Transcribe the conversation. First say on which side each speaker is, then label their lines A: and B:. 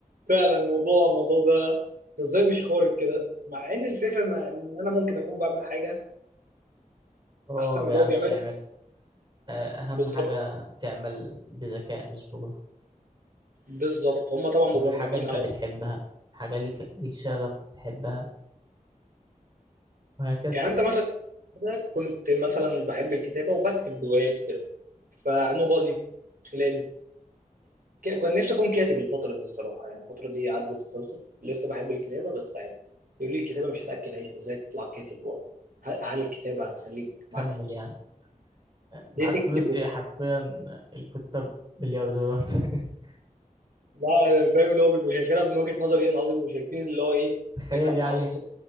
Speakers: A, on the right; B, on the right.
A: فعلا الموضوع الموضوع ده ازاي مش خارق كده مع ان الفكره ان إن انا ممكن اكون بعمل حاجه
B: هو
A: احسن
B: ما
A: من
B: بيعرفش
A: اللي هو بيعمله
B: يعملها آه، اهم
A: بالظبط
B: حاجة تعمل بذكاء مش بجهد
A: بالظبط هم طبعا مبرمجين
B: وفي حاجة انت
A: على
B: بتحبها حاجة ليك ليك شغف بتحبها وهكذا
A: يعني انت مثلا أنا كنت مثلا بحب الكتابه وبكتب روايات وكده فنوبادي خلاني ك- كان نفسي اكون كاتب الفتره دي الصراحه يعني الفتره دي عدت وخلصت لسه بحب الكتابه بس عادي يقول لي الكتابه مش هتاكل عيش ازاي تطلع كاتب هل هل الكتابه هتخليك
B: كمل
A: معاك فلوس
B: يعني آه، معاك
A: ليه تكتب
B: فلوس ايه حرفيا الكتاب مليارديرات <laughs>
A: لا أنا فاهم اللي هو بيبقوا شايفينها من وجهة نظري انا قصدي بيبقوا شايفين اللي هو ايه
B: تخيل
A: ايه ده انت
B: يعني
A: عاوز تك-